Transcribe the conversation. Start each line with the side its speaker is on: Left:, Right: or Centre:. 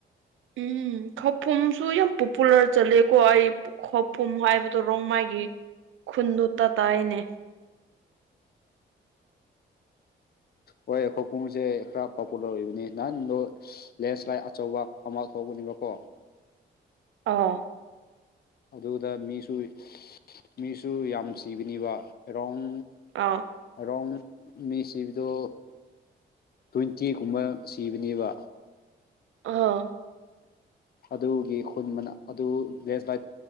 Right: ꯎꯝ ꯈꯥꯎꯐꯝꯨꯝꯁꯨ ꯌꯥꯝ ꯄꯣꯄꯨꯂꯔ ꯆꯠꯂꯦꯀꯣ ꯑꯩ ꯈꯣꯄꯨꯝ ꯍꯥꯏꯕꯗꯨ ꯔꯣꯡ ꯃꯥꯒꯤ ꯈꯨꯟꯗꯨꯣ ꯇ ꯇꯥꯏꯅꯦ
Left: ꯍꯣꯏ ꯈꯣꯏꯄꯣꯡꯁꯦ ꯈꯔ ꯄꯣꯄꯨꯂꯔ ꯑꯣꯏꯕꯅꯤ ꯅꯍꯥꯟꯗꯣ ꯂꯦꯟꯁ꯭ꯂꯥꯏꯠ ꯑꯆꯧꯕ ꯑꯃ ꯊꯣꯛꯎꯅꯦꯕ ꯀꯣ
Right: ꯑꯥ
Left: ꯑꯗꯨꯗ ꯃꯤꯁꯨ ꯃꯤꯁꯨ ꯌꯥꯝ ꯁꯤꯕꯅꯤꯕ ꯑꯦꯔꯥꯎꯟ
Right: ꯑꯥ
Left: ꯑꯔꯥꯎꯟ ꯃꯤ ꯁꯤꯕꯗꯣ ꯇ꯭ꯋꯦꯟꯇꯤꯒꯨꯝꯕ ꯁꯤꯕꯅꯦꯕ
Right: ꯑ
Left: ꯑꯗꯨꯒꯤ ꯈꯨꯟ ꯃꯅ ꯑꯗꯨ ꯂꯦꯁ ꯥꯏꯠ